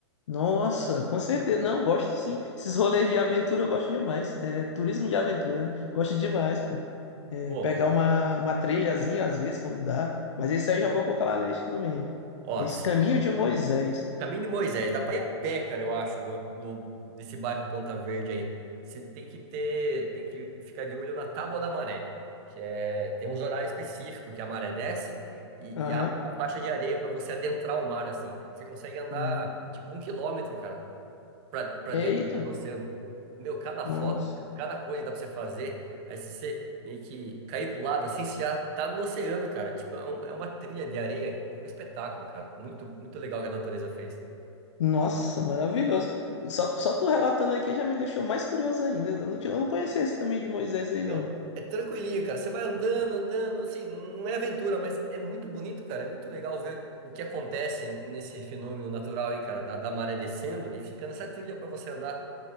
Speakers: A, on the left (about 80°); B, on the right (about 40°).
A: Nossa, com certeza. Não, gosto sim. Esses rolês de aventura eu gosto demais. É, turismo de aventura, né? Gosto demais, pô. É,
B: Pô,
A: pegar uma, uma trilhazinha às vezes, quando dá. Mas esse aí eu já vou colocar lá na lista também.
B: ó.
A: Esse Caminho de Moisés.
B: Caminho de Moisés, dá pra ir a pé, cara, eu acho, do, do- desse bairro Ponta Verde aí. Você tem que ter, tem que ficar de olho na Tábua da Maré, que é, tem uns horários específicos que a maré desce e,
A: Aham.
B: e abre uma faixa de areia pra você adentrar o mar, assim. Você consegue andar,
A: Hum.
B: tipo, um quilômetro, cara, pra, pra
A: Eita,
B: dentro do oceano. Meu, cada
A: nossa.
B: foto, cada coisa dá pra você fazer. Aí se você meio que cair pro lado, assim, você já tá no oceano, cara. Tipo, é um- é uma trilha de areia, é um espetáculo, cara. Muito, muito legal que a natureza fez.
A: Nossa, maravilhoso. Só, só tu relatando aqui já me deixou mais curioso ainda. Eu não, tinha- eu não conhecia esse caminho de Moisés aí, não.
B: Meu, é tranquilinho, cara. Você vai andando, andando, assim, não é aventura, mas é muito bonito, cara. É muito legal ver o que acontece nesse fenômeno natural aí, cara, da, da maré descendo e fica nessa trilha pra você andar.